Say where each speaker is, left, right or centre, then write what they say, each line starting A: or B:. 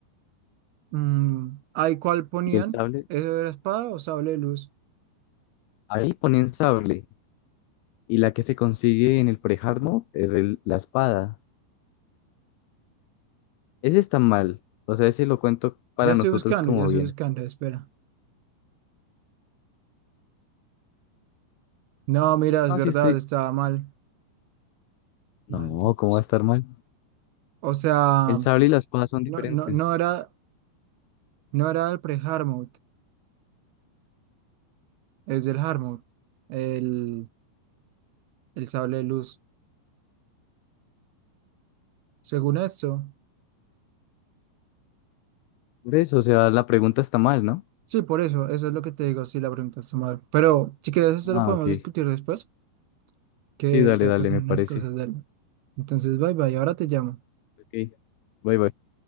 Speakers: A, on the right; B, on the left.
A: Mm, ¿ahí cuál ponían?
B: Y el sable,
A: ¿Eso era espada o sable de luz?
B: ahí ponen sable. Y la que se consigue en el pre-hard mode es el- la espada. Ese está mal. O sea, ese lo cuento para
A: Ya estoy
B: nosotros
A: buscando,
B: como
A: ya estoy
B: bien.
A: buscando, espera. No, mira, es
B: No,
A: verdad,
B: sí estoy.
A: estaba mal.
B: No,
A: Malditos.
B: ¿cómo va a estar mal?
A: O sea,
B: El sable y la espada son diferentes.
A: no, no, no era, no era el pre-hard mode, es del hard mode, el, el sable de luz. Según esto,
B: Por eso, o sea, la pregunta está mal, ¿no?
A: sí, por eso, eso es lo que te digo, sí, la pregunta está mal. Pero si quieres, eso
B: Ah,
A: lo podemos
B: ok.
A: discutir después, que
B: Sí, dale,
A: tengo
B: dale,
A: que hacer
B: me
A: unas
B: parece.
A: cosas de él. Entonces, bye bye, ahora te llamo.
B: Ok. Bye, bye.